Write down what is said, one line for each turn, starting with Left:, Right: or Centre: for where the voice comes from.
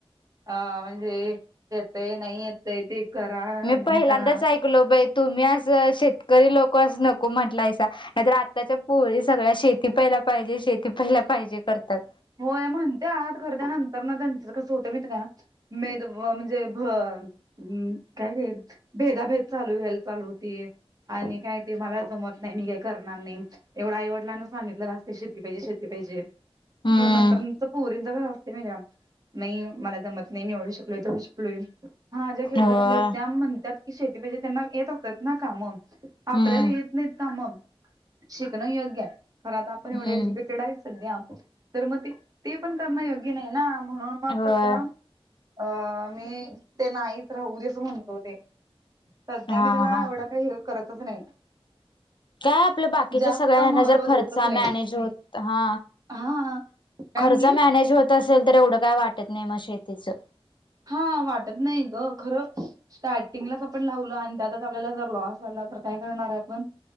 Right: अ म्हणजे देतयही नाहीयेत. तैती करा.
Left: मी
Right: नाही
Left: पहिल्यांदाच
Right: करा
Left: ऐकलो बाई तुम्ही असं शेतकरी लोक असं नको म्हटलायसा. नाही तर आत्ताच्या पोरी सगळ्या शेती पहियला पाहिजे शेती पहियला पाहिजे करत्यात.
Right: होय म्हणत्यात खरं तर नंतर ना त्यांच कसं होतं माहिती आहे का? मेद भ म्हणजे भन उम काय रे? भेदाभेद. चालू व्हेल चालू होती आणि काय ते मला जमत नाही आणि हे करणार नाही. एवढ आईवडीलांना सांगितलेल असत शेती पाहिजे शेती पाहिजे
Left: हम्म
Right: खर नंतर पोरींच <unintelligible> नाही हो मला जमत नाही एवढी शकले तर. <unintelligible> हा ज्या खेडेगावातले
Left: होय
Right: आहेत त्या म्हणत्यात की शेती पाहिजे त्यांना येत होत्यात ना कामं. आपल्याला
Left: हम्म
Right: येत नाहीत काम. शिकणं योग्य खर आता आपण एवढे
Left: हम्म
Right: एज्युकेट टेड आहे सध्या आपण. तर मग ते ते पण करणं योग्य नाही ना, म्हणून मग
Left: होय
Right: कसं? अ मी ते नाहीच राहू देस म्हणतो ते संध्या
Left: हा
Right: मी त्याला
Left: हा
Right: एवढं काही हेल्प करतच नाही.
Left: काय आपल्या बाकीच्या
Right: जास्त
Left: सगळ्याना
Right: महत्त्व
Left: जर खर्च
Right: देतच नाही
Left: मॅनेज होत हा
Right: हा काय
Left: खर्च
Right: म्हणली
Left: मॅनेज होत असेल. तर एवढं काय वाटत नाही म शेतीचं.
Right: हा वाटत नाही ग. खरं स्टार्टिंगलाच आपण लावलं आणि त्यातच आपल्याला जर लॉस आला. तर काय करणार आहे आपण.